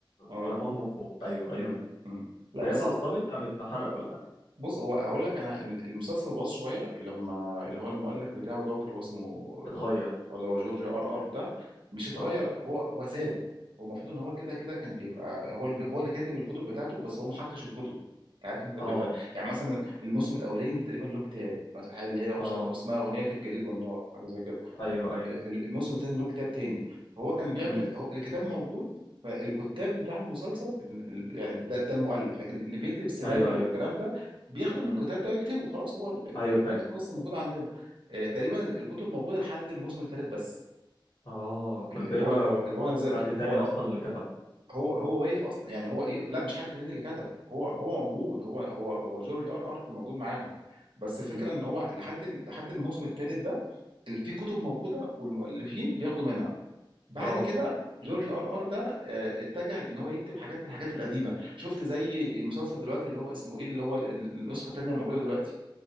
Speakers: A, on the right; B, on the left.
A: اه
B: ورموها من فوق ايوه ايوه
A: امم أمم. لا
B: فهي
A: بس
B: اتعصبت قامت حرق كل حاجه
A: بص هو هقول لك انا المسلسل باظ شويه لما اللي هو المؤلف بتاعه دوت اللي هو اسمه آه،
B: اتغير
A: اللي هو جورج ار ار ده مش اتغير
B: اه
A: هو هو سابه هو المفروض ان هو كده كده كان بيبقى هو اللي هو اللي كاتب الكتب بتاعته بس هو ما حطش الكتب انت عارف انت بيبقى
B: اه
A: يعني مثلا الموسم الاولاني تقريبا له كتاب مثلا اللي هي
B: اه
A: مش عارف اسمها اغنيه الجليد والنار حاجه زي كده
B: ايوه
A: ال-
B: ايوه
A: ال- الموسم الثاني له كتاب تاني هو كان بيعمل
B: امم
A: هو الكتاب موجود فالكتاب بتاع المسلسل ال- ال- يعني ده ده المؤلف لكن اللي بيكتب السيناريو
B: ايوه ايوه
A: والكلام ده بياخدوا من
B: امم
A: الكتاب ده ويكتبوا خلاص هو ال- ال-
B: ايوه
A: ال-
B: فاهم
A: القصه موجوده عندنا آه، تقريبا ال- الكتب موجوده لحد الموسم الثالث بس
B: اه فالباقي
A: ال- اللي هو
B: بقى
A: اللي هو نزل
B: حد تاني
A: هو
B: اصلا اللي كتب
A: هو هو واقف اصلا يعني هو ايه لا مش حد تاني اللي كتب هو هو موجود هو هو هو جورج ار ار كان موجود معاهم بس
B: امم
A: الفكره ان هو لحد ال- لحد الموسم الثالث ده ال- في كتب موجوده والمؤلفين بياخدوا منها بعد
B: اه
A: كده جورج ار ار ده آه، اتجه ان هو يكتب حاجات في الحاجات القديمه شفت زي المسلسل دلوقتي اللي هو اسمه ايه اللي هو ال- ال- النسخه الثانيه الموجوده دلوقتي